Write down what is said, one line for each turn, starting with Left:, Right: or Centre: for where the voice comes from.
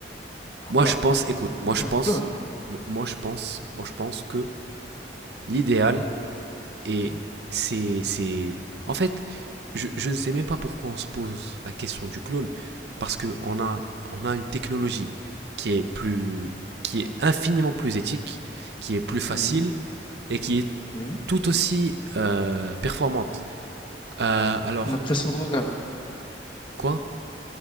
Right: Moi,
Left: Bah,
Right: je pense, écoute, moi,
Left: c'est
Right: je pense,
Left: un clone.
Right: moi, je pense, moi, je pense que l'idéal, Et c'est, c'est... En fait, je, je ne sais même pas pourquoi on se pose la question du clone, parce qu'on a, on a une technologie qui est, plus, qui est infiniment plus éthique, qui est plus facile
Left: Oui,
Right: et qui est
Left: oui.
Right: tout aussi euh, performante. Euh, alors,
Left: L'impression d'organe.
Right: quoi